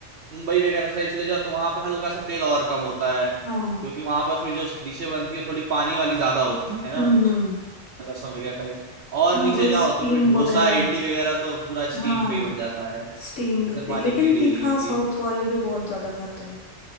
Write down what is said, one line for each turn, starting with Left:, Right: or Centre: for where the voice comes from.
Right: मुंबई वगैरह साइड चले जाओ तो वहाँ पे हल्का सा तेल और कम होता है क्योंकि
Left: हाँ
Right: वहाँ पर फिर जो डिशें बनती है थोड़ी पानी वाली ज्यादा होती है ना
Left: हम्म हम्म।
Right: रसम वगैरह टाइप और
Left: हाँ
Right: नीचे
Left: वही
Right: जाओ
Left: स्टीम
Right: तो फिर डोसा
Left: वगैरह
Right: इडली वगैरह तो पूरा स्टीम
Left: हाँ
Right: पे ही बन जाता है
Left: स्टीम्ड
Right: उसमें
Left: होते
Right: पानी
Left: हैं। लेकिन
Right: की नीड ही
Left: तीखा
Right: नहीं होती
Left: साउथ वाले भी बहुत ज्यादा खाते हैं